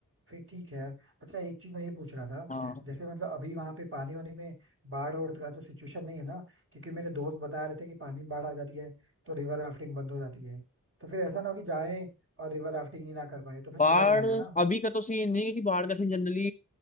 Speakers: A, on the right; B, on the left.
A: फिर ठीक है यार अच्छा एक चीज मैं ये पूछ रहा था
B: हाँ
A: जैसे मतलब अभी वहां पे पानी वानी में बाढ़ और का तो सिचुएशन नहीं है ना क्योंकि मेरे दोस्त बता रहे थे कि पानी में बाढ़ आ जाती है तो रिवर राफ्टिंग बंद हो जाती है तो फिर ऐसा ना हो कि जाएं और रिवर राफ्टिंग ही ना कर पाए तो फिर
B: बाढ़
A: मजा नहीं आएगा ना
B: अभी का तो सीन नहीं है कि बाढ़ का सीन जनरली